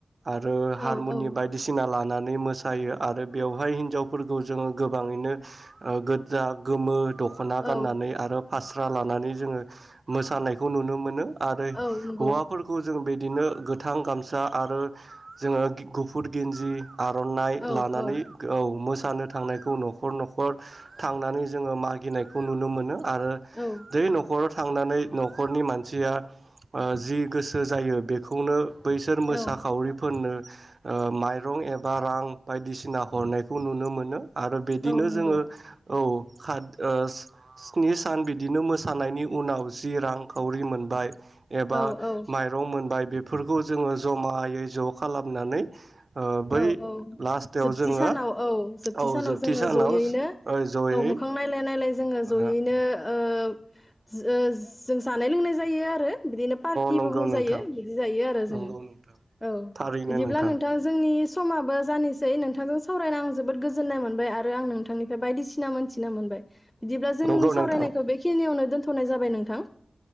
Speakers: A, on the right (about 45°); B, on the left (about 20°).
A: आरो
B: औ
A: हारमुनि
B: औ
A: बायदिसिना ला नानै मोसा जायो आरो बेवहाय हिन्जावफोरखौ जोङो गोबाङैनो गोदा गोमो दख'ना गाननानै
B: औ
A: आरो फास्रा लानानै जोङो मोसानायखौ नुनो मोनो आरो
B: औ नंगौ
A: हौवाफोरखौ जों बे। बिदिनो गोथां गामसा आरो जोङो गुफुर गिन्जि आर'नाइ लानानै
B: औ औ
A: औ मोसा जानो थांनायखौ न'खर न'खर थांनानै जोङो मागिनायखौ नुनो मोनो। आरो
B: औ
A: दै न'खर थांनानै न'खरनि मानसिया जि गोसो जायो बेखौनो बैसोर मोसाखावरिफोरनो
B: औ
A: माइरं एबा रां बायदिसिना हरनायखौ नुनो मोनो। आरो बिदिनो
B: औ नंगौ
A: जोङो। औ स्नि सान बिदिनो मोसानायनि उनाव जि रांखावरि मोनबाय एबा
B: औ औ
A: माइरं मोनबाय बे फोरखौ जोङो जमायै ज' खालामनानै बै
B: औ औ।
A: लास्टाव
B: जोबथि
A: जोङो
B: सानाव औ जोबथि
A: औ
B: सानाव जोङो
A: सानाव
B: ज'यैनो
A: जयै
B: औ मोखां नायलाय नायलाय जोङो
A: अ
B: ज'यैनो ओ ओ जो जों जानाय लोंनाय जायो आरो बिदिनो पार्टिबो
A: नंगौ
B: बुंजायो
A: नोंथां
B: बिदि जायो आरो
A: नंगौ
B: जोङो
A: नोंथां
B: औ
A: थारैनो
B: बिदिब्ला
A: नोंथां
B: नोंथाङा नि समा जानिसै नोंथांजों सावराय आं जोबोद गोजोन्नाय मोनबाय आरो आं नोंथांनिफ्राय बायदिसिना मोनथि मोनबाय बिदिब्ला जोंनि
A: नंगौ
B: सावरायनायखौ
A: नोंथां
B: बेखिनियावनो दोनथ' थ'नाय जाबाय नोंथां।